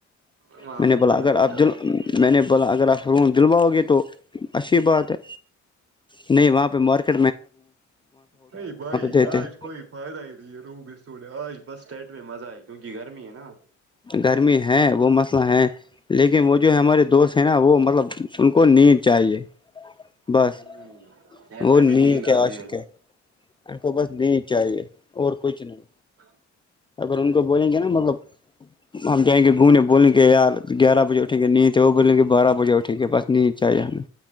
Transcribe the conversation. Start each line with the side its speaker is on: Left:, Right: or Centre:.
Right: وہاں
Left: میں
Right: پہ
Left: نے بولا
Right: کوئی
Left: اگر
Right: ہوٹل
Left: آپ دل
Right: نہیں ہے۔
Left: میں نے بولا اگر آپ ح میں دلواؤ گے تو اچھی بات ہے نہیں وہاں پہ مارک
Right: نہیں بھائی
Left: دیتے
Right: آج
Left: ہیں،
Right: کوئی فائدا ہی رہی رو ب سو آج بس ٹیٹ م مزہ ہے کیونکہ گرمی ہے نا
Left: گرمی ہے وہ مسئلہ ہے لیکن وہ جو ہمارے دوست ہیں نا وہ مطلب ان کو نیند چاہیے بس
Right: ہ شہر
Left: وہ
Right: میں بھی نیند
Left: کے
Right: آتی
Left: عاشق
Right: ہے
Left: ان کو بس نہیں چاہیے اور کچھ نہیں
Right: ہاں
Left: اگر ان کو بولیں گے نا مطلب ہم جائیں گے گھنے بولیں گے یار گیارہ بجے اٹھ گ نہیں تو بولل گ بارہ بجے اٹھ گ بس نیچاہیے ہمیں